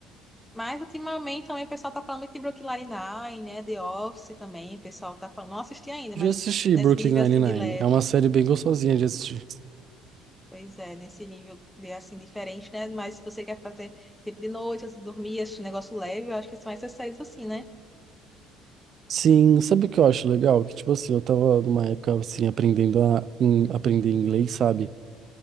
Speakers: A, in the centre; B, on the right (about 50°).
A: Mas ultimamente também o pessoal tá falando muito de Brooklyn Nine-Nine, né? The Office também, o pessoal tá falando. Não assisti ainda,
B: Já
A: mas
B: assisti
A: nesse
B: Brooklyn
A: nível
B: Nine-Nine.
A: assim de leve.
B: É uma série bem gostosinha de assistir.
A: Pois é, nesse nível de assim diferente, né? Mas se você quer fazer tipo de noite, antes de dormir, esse negócio leve, eu acho que são essas séries assim, né?
B: Sim, sabe o que eu acho legal? Que, tipo assim, eu tava numa época, assim, aprendendo a em- aprender inglês, sabe?